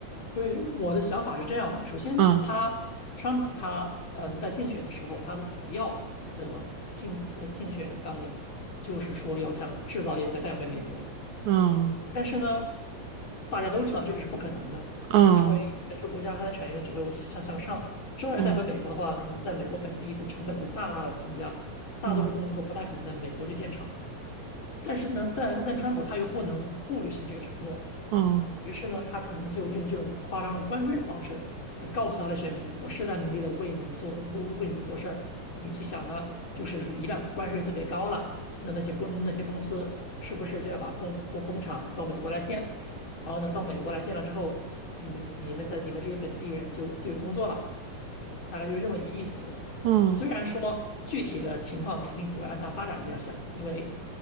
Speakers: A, on the left; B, on the right.
A: 对我的想法是这样的，首先他川普他嗯在竞选的时候，
B: 嗯
A: 他的主要的竞的竞选纲领就是说要将制造业再带回美国。
B: 嗯
A: 但是呢，大家都知道这个是不可能的，
B: 嗯
A: 因为每个国家它的产业链只会往向向上。这要带回美国的话，
B: 嗯
A: 可能在美国本地的成本会大大的增加，大多数公司都不太可能在美国去建厂。
B: 嗯
A: 但是呢，但但川普他又不能不履行这个承诺，
B: 嗯
A: 于是呢，他可能就用这种夸张的关税的方式来告诉他的选民，我是在努力的为你们做，为为为你们做事儿。你去想啊，就是如一旦关税特别高了，那那些公那些公司是不是就要把工工工厂到美国来建？然后呢，到美国来建了之后，你们你们在你们这些本地人就就有工作了，大概就是这么一个意思。
B: 嗯。
A: 虽然说具体的情况肯定不会按它发展那样想，因为